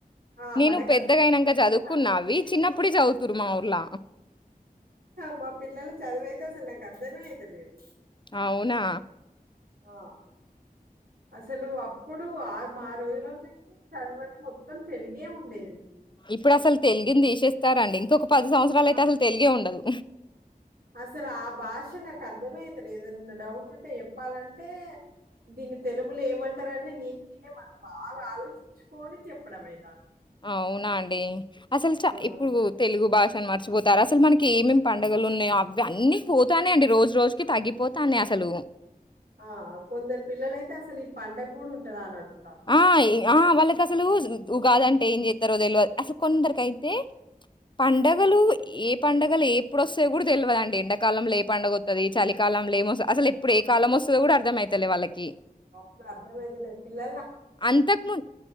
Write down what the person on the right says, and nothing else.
ఆ
మనకస
అసలు అర్థమే అయితలేదు
మా
పిల్లలు
మా పిల్లల చదువయితే అసలు నాకు అర్ధమే అయితే లేదు
ఆ అసలు అప్పుడు ఇప్పుడు ఆ మా రోజుల్లాల చదువంటే మొత్తం తెలుగే ఉండేది.
ఆ!
అసలు ఆ భాష నాకు అర్ధమే ఐ తేలేదు ఏదన్నా డౌట్ ఉంటే చెప్పాలంటే దీన్ని తెలుగులో ఏమంటారని నే నేనే మల్ల బాగా ఆలోచించుకొని చెప్పడం అయి
ఆ
ఆ కొందరు పిల్లలైతే అసలు ఈ పండగ కూడా ఉంటదా అని అడుగు
అవును అర్థమయితలేదు పిల్ల